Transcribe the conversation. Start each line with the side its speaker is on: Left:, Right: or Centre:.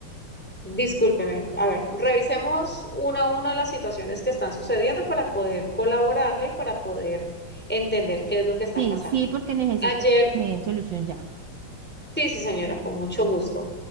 Centre: Discúlpeme. A ver, revisemos una a una las situaciones que están sucediendo para poder colaborarle y para poder entender qué es lo que está
Right: Sí,
Centre: pasando.
Right: sí, porque necesito
Centre: Ayer,
Right: que me den solución ya.
Centre: sí, sí, señora, con mucho gusto.